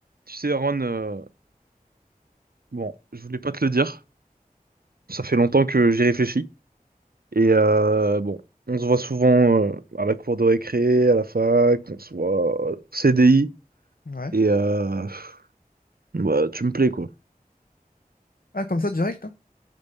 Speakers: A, on the right (about 75°); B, on the left (about 70°).
A: Tu sais, Aaron, euh, bon, je voulais pas te le dire. Ça fait longtemps que j'y réfléchis. Et euh, bon, on se voit souvent euh, à la cour de récré, à la fac, on se voit au CDI.
B: Ouais.
A: Et euh, bah, tu me plais, quoi.
B: Ah, comme ça, direct, là?